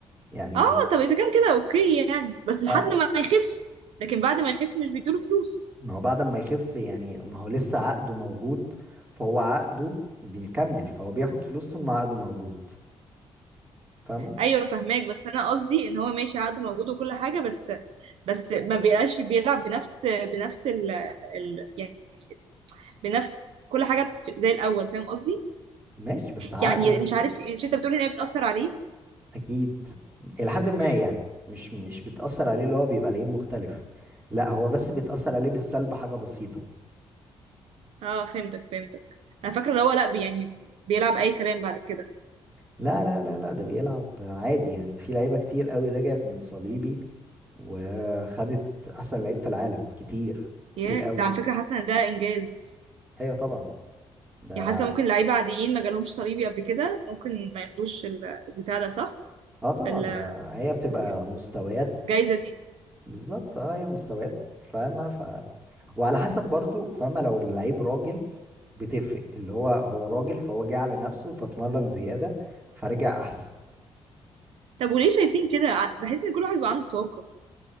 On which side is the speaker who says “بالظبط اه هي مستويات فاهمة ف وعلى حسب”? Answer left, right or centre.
Right